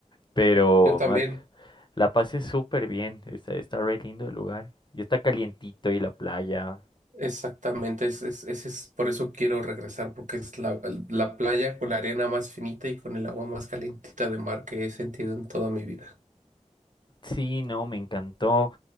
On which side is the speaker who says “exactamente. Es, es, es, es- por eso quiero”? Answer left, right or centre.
Right